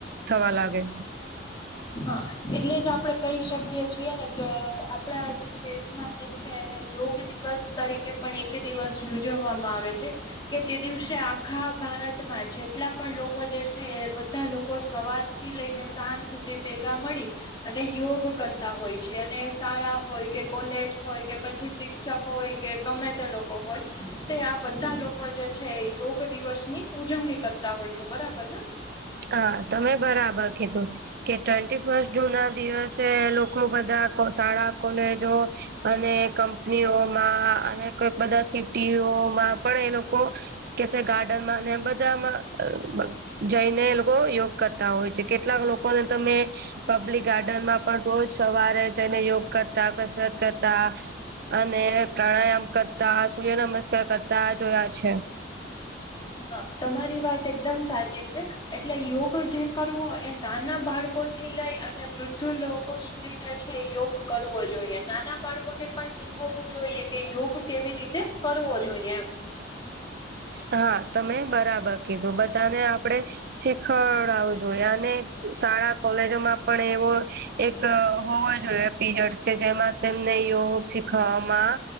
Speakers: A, on the right (about 55°); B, on the left (about 25°).
A: થવા લાગે.
B: હા એટલે જ આપડે કહી શકીએ છીએ ને કે આપડ આજે જે છે એને યોગ દિવસ તરીકે પણ એક દિવસ ઉજવવામાં આવે છે. કે તે દિવસે આખા ભારતમાં જેટલા પણ લોકો જે છે એ બધા લોકો સવાર- થી લઈને સાંજ સુધી ભેગા મળી અને યોગ કરતા હોય છે અને શાળા હોય કે કોલેજ હોય કે પછી શિક્ષક હોય કે ગમે તે લોકો હોય. તે આ બધા લોકો જે છે, યોગ દિવસ ની ઉજવણી કરતા હોય છે, બરાબર ને
A: હા તમે બરાબર કીધું. કે ટ્વેન્ટી ફર્સ્ટ જૂન ના દિવસે લોકો બધા શાળા કોલેજો અને કંપનીઓમાં અને કોઈક બધા સિટીઓમાં પણ એ લોકો કે ગાર્ડન માં એ બધામાં જઈને લોકો યોગ કરતા હોય છે. કેટલાક લોકોને તમે પબ્લિક ગાર્ડન માં પણ રોજ સવારે જઈને યોગ કરતા, કસરત કરતા. અને પ્રાણાયામ કરતા સૂર્ય નમસ્કાર કરતા જોયા છે.
B: હા તમારી વાત એકદમ સાચી છે. એટલે યોગ જે કરવો એ નાના બાળકો થી લઈ અને બધું લોકો સુધી જે છે યોગ કરવો જોઈએ નાના બાળકોને પણ શીખવવું જોઈએ કે યોગ કેવી રીતે કરવો જોઈએ એમ.
A: હા તમે બરાબર કીધું બધાને આપડે શીખડાવું જોઈએ અને શાળા કોલેજોમાં પણ એવો એક હોવા જોઈએ પીરિયડ જેમાં તેમને યોગ શીખવામાં